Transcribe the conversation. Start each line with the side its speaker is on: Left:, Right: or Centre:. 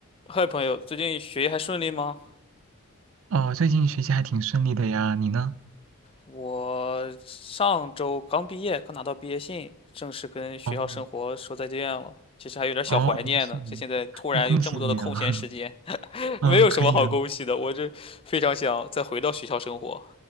Left: 嗨，朋友，最近学业还顺利吗？
Right: 哦，最近学习还挺顺利的呀，你呢？
Left: 我上周刚毕业，刚拿到毕业信，正式跟学校生活说再见了。
Right: 哦
Left: 其实还有点小怀念呢，
Right: 哦，是你，
Left: 这现在突然有这么多的空闲时间，
Right: 那恭喜你啊！<laughs>
Left: <laughs>
Right: 嗯，
Left: 没有什么好恭喜的。
Right: 可以啊。
Left: 我这非常想再回到学校生活。